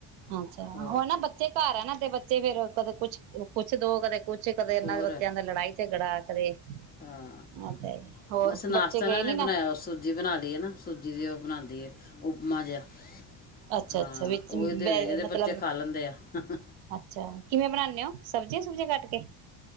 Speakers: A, on the right (about 80°); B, on the left (about 20°).
A: ਅੱਛਾ ਉਹ
B: ਹੋਰ
A: ਨਾ ਬੱਚੇ ਘਰ ਹੈ ਨਾ ਤੇ ਬੱਚੇ ਫੇਰ ਕਦੇ ਕੁੱਛ, ਕੁੱਛ ਦੋ ਕਦੇ ਕੁਛ ਕਦੇ ਇਹਨਾਂ
B: ਹੋਰ
A: ਦੇ ਬੱਚਿਆਂ ਦਾ ਲੜਾਈ ਝਗੜਾ। ਓ ਤੇ ਹੈ
B: ਹਾਂ
A: ਹੀ, ਹੋਰ
B: ਬਸ ਨਾਸ਼ਤਾ
A: ਬੱਚੇ ਗਏ
B: ਨੇ
A: ਨੀ ਨਾ,
B: ਬਣਾਇਆ ਉਹ ਸੂਜੀ ਬਣਾ ਲਈ ਹੈ ਨਾ ਸੂਜੀ ਦੀ ਉਹ ਬਣਾਉਂਦੀ ਹੈ ਉਪਮਾ ਜਿਹਾ
A: ਅੱਛਾ-ਅੱਛਾ
B: ਹਾਂ
A: ਵਿੱਚ
B: ਉਹ ਹੀ ਦੇ
A: ਬੇ
B: ਦੇ ਕਹਿੰਦੇ
A: ਮਤਲਬ
B: ਬੱਚੇ ਖਾ ਲੈਂਦੇ ਆ
A: ਅੱਛਾ ਕਿਵੇਂ ਬਣਾਨੇ ਹੋ? ਸਬਜ਼ੀਆਂ ਸੁਬਜ਼ੀਆਂ ਕੱਟ ਕੇ?